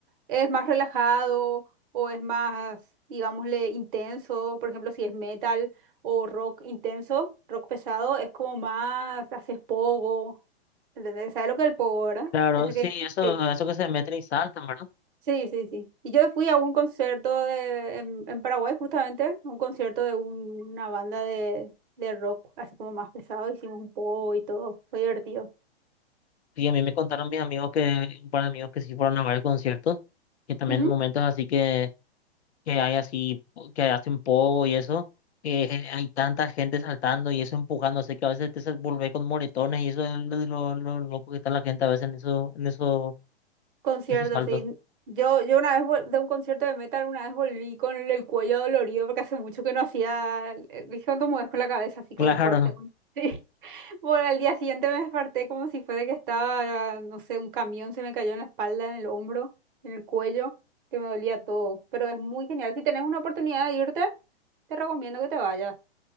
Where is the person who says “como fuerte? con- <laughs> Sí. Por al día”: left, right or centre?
Right